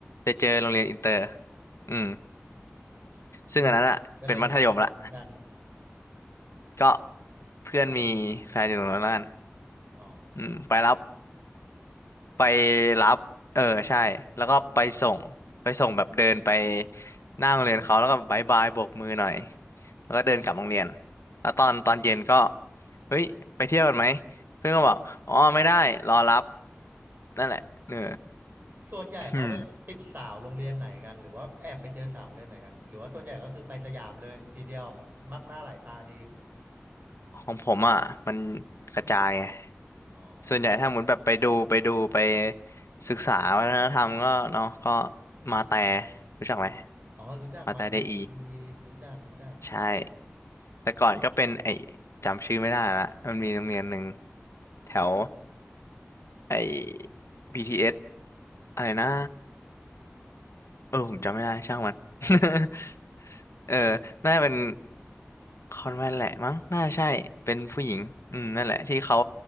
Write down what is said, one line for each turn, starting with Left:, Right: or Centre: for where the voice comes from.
Left: จะเจอโรงเรียนอินเตอร์อืม
Right: อืม
Left: ซึ่งอันนั้นอะเป็นมัธยมละ
Right: ส่วนใหญ่ก็เลยเดินไปตรงนู้นกัน
Left: ก็เพื่อนมีแฟนอยู่ตรงนั้นแล้วกัน
Right: อ๋อ
Left: อืมไปรับไปรับเออใช่แล้วก็ไปส่งไปส่งแบบเดินไปหน้าโรงเรียนเขาแล้วก็บายบายโบกมือหน่อยแล้วก็เดินกลับโรงเรียนแล้วตอนตอนเย็นก็เฮ้ยไปเที่ยวกันไหมเพื่อนก็บอกอ๋อไม่ได้รอรับนั่นแหละเออ
Right: ส่วนใหญ่เขาไปติดสาวโรงเรียนไหนกันหรือว่าแอบไปเจอสาวโรงเรียนไหนกันหรือว่าส่วนใหญ่ก็คือไปสยามเลยทีเดียวมักหน้าหลายตาดี
Left: อืมของผมอ่ะมันกระจายไง
Right: อ๋อ
Left: ส่วนใหญ่ถ้าหมุนแบบไปดูไปดูไปศึกษาวัฒนธรรมก็เนาะก็มาแต่รู้จักไหม
Right: อ๋อรู้จักมาแทนดี
Left: มาแต่ไดอี
Right: รู้จัก รู้จัก
Left: ใช่ แต่ก่อนก็เป็นไอ้
Right: อืม
Left: จำชื่อไม่ได้ละมันมีโรงเรียนหนึ่งแถวไอ้ BTS อสอะไรนะเออผมจำไม่ได้ ช่างมัน
Right: ช่างมัน
Left: <laughs> เออน่าจะเป็นคอนแวนต์แหละมั้ง น่าใช่ เป็นผู้หญิง อืมนั่นแหละที่เขา
Right: อืม